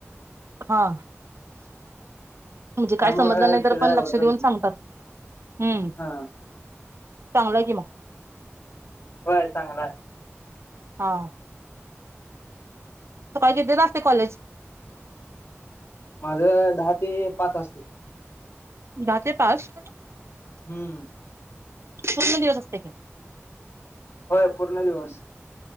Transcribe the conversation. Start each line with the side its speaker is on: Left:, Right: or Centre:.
Right: हा म्हणजे
Left: त्यामुळे
Right: काय समजलं नाही तर
Left: त्याचा
Right: पण
Left: एवढा
Right: लक्ष देऊन सांगतात. हम्म
Left: हा
Right: चांगलं कि म
Left: होय चांगलाय.
Right: हा स काय केतेत असते कॉलेज
Left: माझ दहा ते पाच असते.
Right: द ते पाच
Left: हम्म
Right: कू्ण दिवस असते का?
Left: होय पूर्ण दिवस